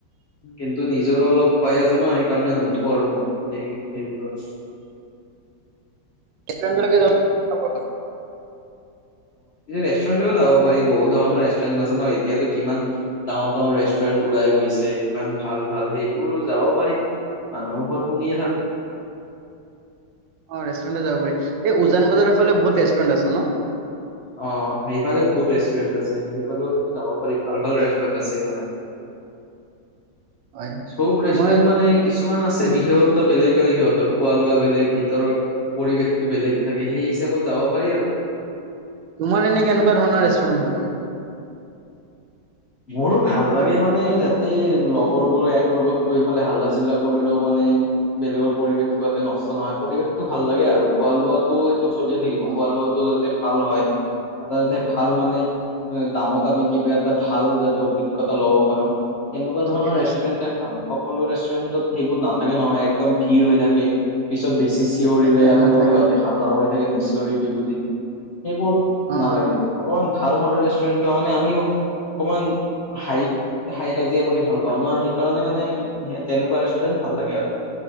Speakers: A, on the left; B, on the right.
A: কিন্তু নিজৰো অলপ ভয় আছে ন সেইকাৰণে নুথো আৰু মই এই এইবোৰো আছে
B: কেপডৰক ধ আ <unintelligible> <inaudible>
A: ৰেষ্টুৰেণ্টতও যাব পাৰি বহুত ধৰণৰ ৰেষ্টুৰেণ্ট আছে ন এতিয়ো কিমান ডাঙৰ ডাঙৰ ৰেষ্টুৰেণ্ট ওলাই গ' ছে। কিমান ভাল ভাল সেইবোৰ যাব পাৰি মানুহৰ ঘৰত শুনিয়ে থাকো
B: অ ৰেষ্টুৰেণ্ট যাব পাৰি। এই উজান বজাৰৰ ফালে বহুত ৰেষ্টুৰেণ্ট আছে ন
A: অ সেইফালে বহুত ৰেষ্টুৰেণ্ট আছে সেইফালেও কিন্তু যাব পাৰি ভাল ভাল ৰেষ্টুৰেণ্ট আছে সেইফালে
B: <inaudible> হয় হয়
A: চব ৰেষ্টুৰেণ্ট
B: মই
A: মানে কিছুমান আছে
B: উম
A: বিহত বেলেগ বেলেগ সিহঁতৰ খোৱা লোৱা বেলেগ ভিতৰৰ পৰিৱেশতটো বেলেগ থাকে সেই হিচাপত যাব পাৰি আৰু
B: তোমাৰ এনে কেনেকুৱা ধৰণৰ ৰেষ্টুৰেন্ট ভাল লাগে?
A: মোৰো ভাল লাগে মানে, যাতে লগৰবোৰ এক লগত গৈ ফালে হাল্লা-চিল্লা কৰি লও মানে। বেলেগৰ পৰিৱেশতো যাতে নষ্ট নহয়, পৰিৱেশটো ভাল লাগে আৰু খোৱা-লোৱাতো এইটো চলিয়ে থাকিব,
B: অ
A: খোৱা-লোৱাটো যাতে ভাল হয়। এটা যাতে ভাল মানে দামত আমি কিবা এটা ভাল যাতে অভিজ্ঞতা ল'ব পাৰো, তেনেকুৱা
B: ঠিকে
A: ধৰণৰ
B: কৈছা
A: ৰেষ্টুৰেণ্ট ভাল। সকলো ৰেষ্টুৰেণ্টত সেইবোৰ নাথাকে নহয়! একদম ভিৰ হৈ থাকে। পিছত বেছি চিঞৰিলে
B: নাথাকে হয়
A: আৰু
B: নাথাকে
A: সিহঁতে হাল্লা কৰি থাকে, নিচিঞৰিবি বুলি। সেইবোৰ
B: অ
A: নালাগে, অকমান ভাল হ'লে ৰেষ্টুৰেণ্ট মানে আমিও অকমান হাই, হাই-কাজিয়া কৰি ভাল পাও ন? সেইকাৰণে মানে তেনেকুৱা ৰেষ্টুৰেণ্ট ভাল লাগে আৰু।